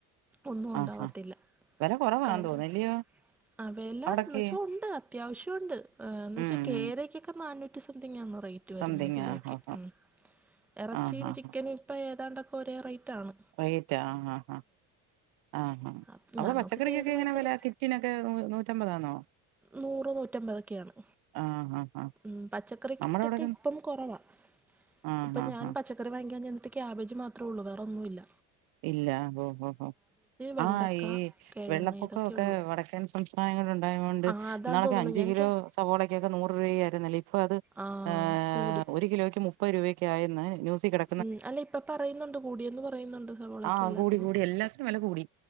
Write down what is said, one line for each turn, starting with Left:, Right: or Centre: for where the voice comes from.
Centre: ഒന്നും ഉണ്ടാവത്തില്ല
Right: ആഹ് ആഹ് വെല കൊറവാന്ന്
Centre: കഴിഞ്ഞ
Right: തോന്നുന്നല്ലയോ
Centre: ആഹ് വെല
Right: അവിടൊക്കെ
Centre: എന്ന് വെച്ചാ ഉണ്ട് അത്യാ വശ്യുണ്ട് എന്ന് വെച്ചാ
Right: ഉം
Centre: കേരയ്ക്കൊക്കെ നാനൂറ്റി സംതിങ് ആണു റേറ്റ് റ്റ് വരുന്ന
Right: സംതിങ്
Centre: കിലോയ്ക്ക്
Right: ആഹ്
Centre: ഉം ഇറച്ചിയും
Right: ആഹ് ആഹ്
Centre: ചിക്കനും ഇപ്പൊ ഏതാണ്ടൊക്കെ ഒരേ റേറ്റ് ആണ്
Right: റേറ്റാ ആഹ് ആഹ് ആഹ് ആഹ്
Centre: അപ്പം
Right: അവിടെ
Centre: ഞാൻ
Right: പച്ചക്കറിക്കൊക്കെ
Centre: നോക്കിയിട്ട് ഏത് വാങ്ങിച്ചാലും
Right: എങ്ങനെ വില കി റ്റിനൊക്കെ നൂ നൂറ്റമ്പതാണോ
Centre: നൂറ് നൂറ്റമ്പതൊക്കെയാണ്
Right: ആഹ് ആഹ് ആഹ്
Centre: ഉം പച്ചക്കറി
Right: നമ്മുടെ
Centre: കിറ്റൊക്കെ
Right: അവിടൊക്കെ
Centre: ഇപ്പം കുറവാ
Right: ആഹ്
Centre: ഇപ്പൊ
Right: ആഹ്
Centre: ഞാൻ
Right: ആഹ്
Centre: പ ച്ചക്കറി വാങ്ങിക്കാൻ ചെന്ന്ട്ട് ക്യാബേജ് മാത്രേ ഉള്ളൂ വേറൊന്നുല്ല
Right: ഇല്ല ഓ ഹോ ഹോ
Centre: വെണ്ടക്ക
Right: ആഹ് ഈ
Centre: കിഴങ്ങ്
Right: വെള്ളപ്പൊക്കമൊക്കെ
Centre: ഇതൊക്കെ ഉള്ളൂ
Right: വടക്കൻസ് സംസ്ഥാനങ്ങളിലുണ്ടായത് കൊണ്ട്
Centre: ആ അതാന്ന്
Right: ന്നാളൊക്കെ
Centre: തോന്നുന്നു
Right: അഞ്ച്
Centre: ഞാൻ
Right: കിലോ
Centre: ക്യാ
Right: സവോളക്കൊക്കെ നൂറ് രൂപയായിരുന്നില്ലേ ഇപ്പൊ അത്
Centre: ആഹ്
Right: ഏഹ്
Centre: കൂടി
Right: ഒരു കിലോയ്ക്ക് മു പ്പത് രൂപയൊകയെന്ന് ന്യൂസീ കെട
Centre: ഉം അല്ല ഇപ്പൊ പറയുന്നുണ്ട് കൂടിയെന്ന് പറയുന്നുണ്ട് സവോളയ്ക്കും
Right: ആഹ്
Centre: എല്ലാത്തിനും
Right: കൂടി കൂടി എല്ലാത്തിനും വെല കൂടി